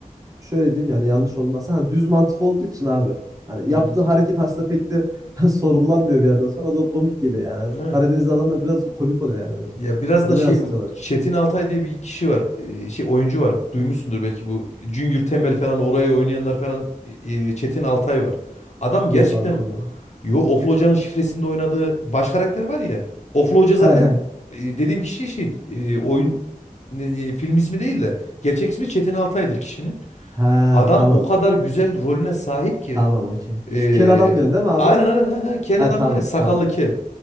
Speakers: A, on the right; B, on the left.
A: şöyle diyeyim yani yanlış olmazsa hani düz mantık olduğu için abi hani
B: Hı
A: yaptığı
B: hı.
A: hareket aslında pek de <laughs> sorgulanmıyor bir yerden sonra o da komik geliyor yani. Hani
B: Evet.
A: Karadenizli adamlar biraz komik oluyor yani bence.
B: Ya biraz
A: Onu
B: da şey
A: yansıtıyorlar.
B: bu Çetin Altay diye bir kişi var. Ee, şey oyuncu var. Duymuşsundur belki bu Junior Temel falan oraya oynayanlar falan e, e, Çetin Altay var. Adam gerçekten
A: Yok abi duymadım.
B: yo Oflu Hoca'nın şifresinde oynadığı baş karakter var ya. Oflu Hoca zaten
A: He he.
B: e, dediğim kişi şey e, oyun ne- e, film ismi değil de gerçek ismi Çetin Altay'dır kişinin.
A: He
B: Adam
A: tamam.
B: o kadar güzel rolüne sahip ki
A: Tamam okey. Şu
B: e,
A: kel adamı diyorsun değil mi abi?
B: aynen aynen ha, ha, kel
A: Ha,
B: adam
A: tamam
B: var ya sakallı
A: tamam.
B: kel.